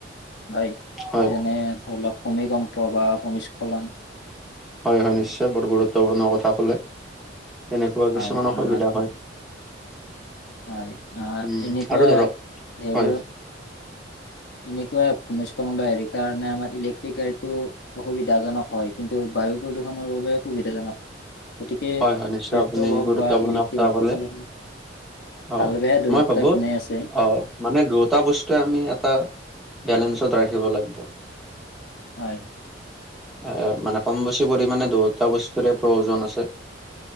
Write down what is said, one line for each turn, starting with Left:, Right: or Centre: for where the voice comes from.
Left: হয়
Centre: হয়
Left: যেনে। ধৰি লওক ভূমিকম্প বা ভূমিস্খলন।
Centre: হয় হয় নিশ্চয় বহুত গুৰুত্বপূৰ্ণ কথা কলে এনেকুৱা
Left: হয়
Centre: কিছুমান অসুবিধা
Left: আহ
Centre: হয়।
Left: হয় অ
Centre: উম
Left: এনেকুৱা
Centre: আৰু ধৰক
Left: সেইবোৰো,
Centre: হয়
Left: এনেকুৱা ভূমিস্খলন বা হেৰি কাৰণে আমাৰ ইলেক্ট্ৰিক গাড়ীটো। অসুবিধাজনক হয় কিন্তু বায়ু প্ৰদূষণৰ বাবে সুবিধাজনক, গতিকে
Centre: হয় হয় নিশ্চয়
Left: পেট্ৰল
Centre: আপুনি
Left: হওক
Centre: গুৰুত্বপূৰ্ণ
Left: বা ইলেক্ট্ৰিক
Centre: কথা
Left: হওক
Centre: ক'লে
Left: সকলোৰ,
Centre: অ
Left: ভাল বেয়া দুয়োটা
Centre: মই ভাবো
Left: গুনেই আছে।
Centre: অ মানে দুয়োটা বস্তুৱে আমি এটা বেলেঞ্চত ৰাখিব লাগিব।
Left: হয়।
Centre: এ মানে কম বেছি পৰিমাণে দুয়টা বস্তুৰে প্ৰয়োজন আছে। <inaudible>